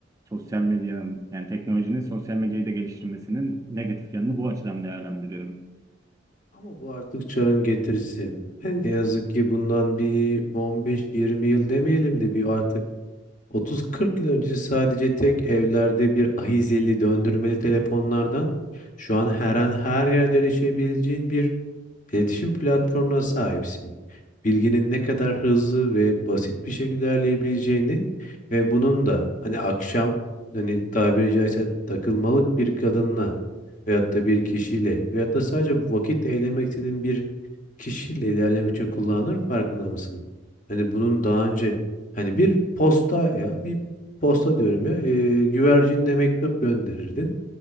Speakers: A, on the right (about 20°); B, on the left (about 45°).
A: sosyal medyanın yani teknolojinin sosyal medyayı da geliştirmesinin negatif yanını bu açıdan değerlendiriyorum.
B: Ama bu artık çağın getirisi. Yani ne yazık ki bundan bir 15-20 yıl demeyelim de bir artık 30-40 yıl önce sadece tek evlerde bir ahizeli döndürmeli telefonlardan şu an her an her yerde erişebileceğin bir İletişim platformuna sahipsin. Bilginin ne kadar hızlı ve basit bir şekilde ilerleyebileceğini ve bunun da hani akşam hani tabiri caizse takılmalık bir kadınla veyahut da bir kişiyle veyahut da sadece vakit eylemek istediğin bir kişiyle ilerlemek için kullanılır farkında mısın? Hani bunun daha önce hani bir posta ya bir posta diyorum ya e, güvercinle mektup gönderirdin.